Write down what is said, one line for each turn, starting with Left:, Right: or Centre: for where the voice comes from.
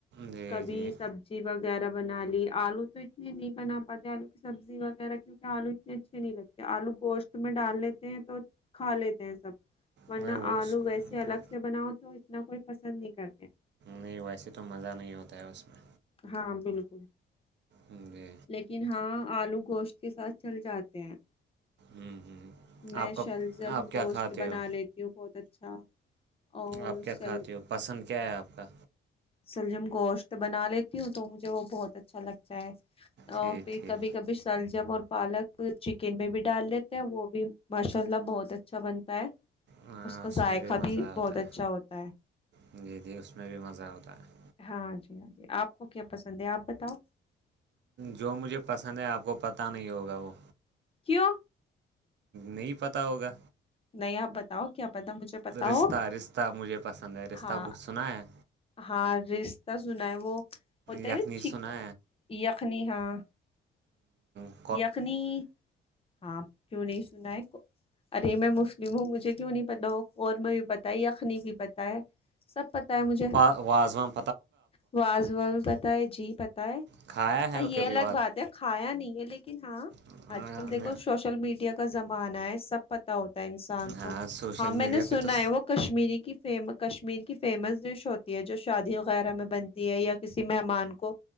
Right: جی
Left: کبھی
Right: جی
Left: سب سبزی وغیرہ بنا لی آلو تو اتنی نہیں بنا پاتے آلو کی سبزی وغیرہ کیونکہ آلو اتنے اچھے نہیں لگتے آلو گوشت میں ڈال لیتے ہیں تو کھا لیتے ہیں سب ورنہ
Right: میں وہ
Left: آلو ویسے الگ
Right: وہ
Left: سے بناؤ تو اتنا کوئی پسند نہیں کرتے
Right: نہیں ویسے تو مزہ نہیں ہوتا ہے اس میں
Left: ہاں بالکل
Right: امم جی
Left: لیکن ہاں آلو گوشت کے ساتھ چل جاتے ہیں
Right: ہوں ہوں
Left: میں
Right: آپ کا
Left: شلزم
Right: آپ کیا
Left: گوشت
Right: کھاتے
Left: بنا
Right: ہو
Left: لیتی ہوں بہت اچھا اور
Right: آپ کیا
Left: شل
Right: کھاتے ہو پسند کیا ہے آپ کا
Left: شلجم گوشت بنا لیتی ہوں تو مجھے وہ بہت اچھا لگتا ہے
Right: ٹھیک
Left: اور پھر
Right: ٹھیک
Left: کبھی کبھی شلجم اور پالک چکن میں بھی ڈال لیتے ہیں وہ بھی ماشاء اللہ بہت اچھا بنتا ہے
Right: ہاں
Left: اس کا ذائقہ
Right: میں مزہ
Left: بھی
Right: ہوتا
Left: بہت اچھا ہوتا ہے
Right: جی جی اس میں بھی مزہ ہوتا ہے
Left: ہاں جی آپ کو کیا پسند ہے آپ بتاؤ
Right: جو مجھے پسند ہے آپ کو پتا نہیں ہوگا وہ
Left: کیوں
Right: نہیں پتا ہوگا
Left: نہیں آپ بتاؤ کیا پتا مجھے پتا
Right: رستہ
Left: ہو
Right: رستہ مجھے پسند ہے رستہ
Left: ہاں
Right: بت سنا ہے
Left: ہاں رستہ سنا ہے وہ ہوتا
Right: یخنی
Left: ہے نا چی
Right: سنا
Left: یخنی ہاں
Right: ہوں
Left: یخنی ہاں کیوں نہیں سنا ہے ارے میں مسلم ہوں مجھے کیوں نہیں پتا ہو قورمہ بھی پتا ہے یخنی بھی پتا ہے سب پتا ہے مجھے
Right: وازان
Left: واز و پتا ہے جی پتا ہے
Right: کھایا ہے
Left: ہاں یہ
Right: کبھی
Left: الگ بات ہے کھایا نہیں ہے لے لیکن ہاں
Right: واازوان
Left: آج کل دیکھو سوشل میڈیا کا زمانہ ہے سب پتا ہوتا ہے انسان کو
Right: ہاں سوشل
Left: ہاں میں
Right: میڈیا
Left: نے سنا
Right: پہ تو
Left: ہے وہ کشمیری کی فیم کشمیر کی فیمس ڈش ہوتی ہے جو شادی وغیرہ میں بنتی ہے یا کسی مہمان کو کو